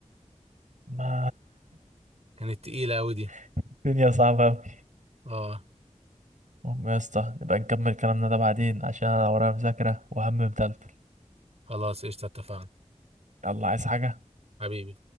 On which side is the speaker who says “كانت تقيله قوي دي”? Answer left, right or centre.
Right